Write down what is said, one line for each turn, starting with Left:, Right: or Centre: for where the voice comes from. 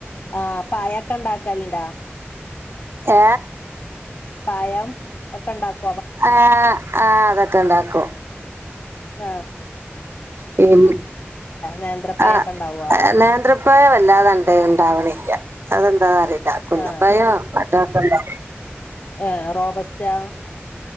Left: ആ പയക്കെ ഉണ്ടാക്കല്ണ്ടാ.
Right: ഏ.
Left: പയം ഒക്കെ ഉണ്ടാക്
Right: ആ ആ അതൊക്കെ ഇണ്ടാക്കും.
Left: ആ
Right: പിൻ
Left: നേന്ത്രപ്പഴൊക്കെ
Right: ആ
Left: ഉണ്ടാവോ
Right: നേന്ത്രപയ വല്ലാതാണ്ട് ഇണ്ടാവാ ണില്ല. അതെന്താ അറിയില്ല. കുന്ന
Left: ആഹ്
Right: പയോ മറ്റേതൊക്കെ ഇണ്ടാകും.
Left: ഏ റോബസ്റ്റാ.